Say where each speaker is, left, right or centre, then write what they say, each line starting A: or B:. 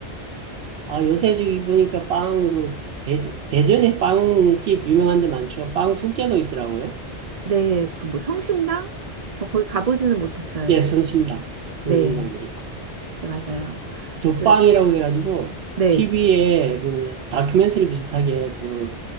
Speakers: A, on the right; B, on the right.
A: 아, 요새 저기 보니까 빵, 그, 대, 대전에 빵집 유명한 데 많죠. 빵 축제도 있더라고요.
B: 네, 그 뭐 성심당? 저 거기 가보지는 못했어요.
A: 예, 성심당.
B: 네.
A: 성심당도 있고.
B: 네, 맞아요.
A: 덕빵이라고
B: 그,
A: 해가지고,
B: 네.
A: TV에 그 다큐멘터리 비슷하게 그